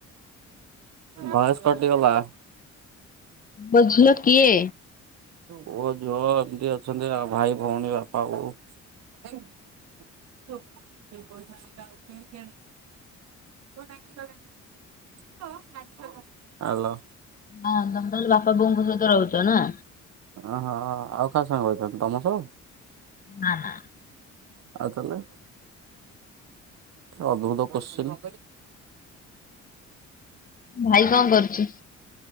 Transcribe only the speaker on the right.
ଭଏସ କଟିଗଲା।
ପୁଅ, ଝୁଅ ଦିଦି ଅଛନ୍ତି ଆଉ, ଭାଇ, ଭଉଣୀ, ବାପା, ବୋଉ। <unintelligible> <unintelligible> ହାଲୋ।
ଓହୋ। ଆଉ କାହା ସାଙ୍ଗେ ରହିଥାନ୍ତି ତମ ସହ?
ଆଉ ତାହେଲେ ଅଦ୍ଭୁତ କଶ୍ଚିନ୍।